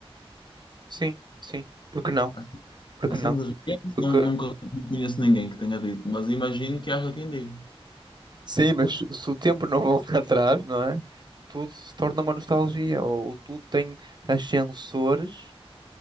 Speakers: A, on the right; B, on the left.
A: Sim, sim. porque não?
B: Assim,
A: porque
B: assim,
A: não?
B: de repente,
A: Porque,
B: não, nunca não conheço ninguém que tenha dito, mas imagino que haja quem diga.
A: sim, mas se o tempo não volta <laughs> atrás, não é? Tudo se torna uma nostalgia, ou tudo tem ascensores